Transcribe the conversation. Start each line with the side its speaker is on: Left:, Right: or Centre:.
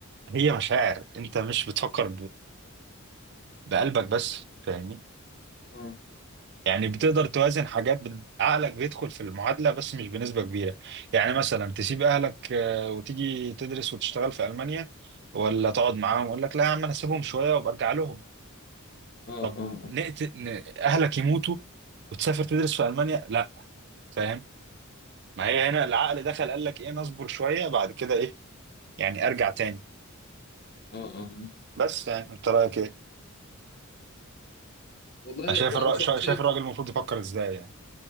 Right: هي مشاعر انت مش بتفكر بقلبك بس فاهمني
Left: اه
Right: يعني بتقدر توازن حاجات بت- عقلك بيدخل في المعادلة بس مش بنسبة كبيرة يعني مثلا تسيب أهلك آه، وتيجي تدرس وتشتغل في ألمانيا ولا تقعد معاهم ويقول لك لا يا عم أنا أسيبهم شوية وبرجع لهم
Left: اه
Right: طب
Left: اه
Right: نقت... ن... أهلك يموتوا وتسافر تدرس في ألمانيا لا فاهم ما هي هنا العقل دخل قال لك إيه نصبر شوية بعد كده إيه يعني أرجع تاني
Left: اه اه آه.
Right: بس يعني أنت رأيك إيه؟
Left: والله
Right: أنا شايف
Left: هو
Right: الر...
Left: انا بصراحة
Right: شا-
Left: شايف
Right: شايف الراجل المفروض يفكر إزاي يعني